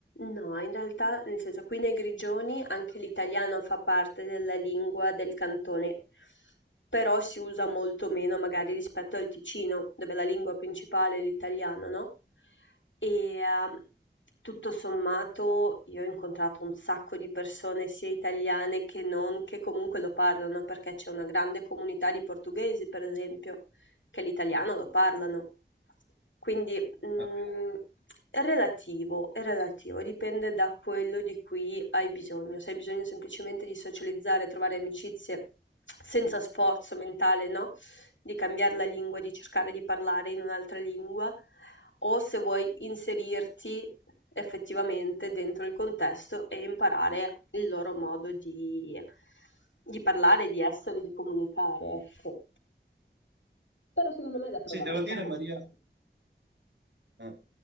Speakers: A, on the left; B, on the right.
A: no, in realtà nel senso qui nei Grigioni anche l'italiano fa parte della lingua del cantone, però si usa molto meno magari rispetto al Ticino, dove la lingua principale è l'italiano, no, e, uhm, tutto sommato io ho incontrato un sacco di persone sia italiane che non, che comunque lo parlano, perché c'è una grande comunità di portoghesi per esempio, che l'italiano lo parlano. Quindi Mm,
B: Ah,
A: è relativo, è relativo, dipende da quello di cui hai bisogno. Se hai bisogno semplicemente di socializzare, trovare amicizie senza sforzo mentale, no? Di cambiare la lingua, di cercare di parlare in un'altra lingua, o se vuoi inserirti effettivamente dentro il contesto e imparare il loro modo di, di parlare, di essere, di comunicare, ecco. Però
B: sì,
A: vale
B: devo dire,
A: comunque,
B: Maria, ah,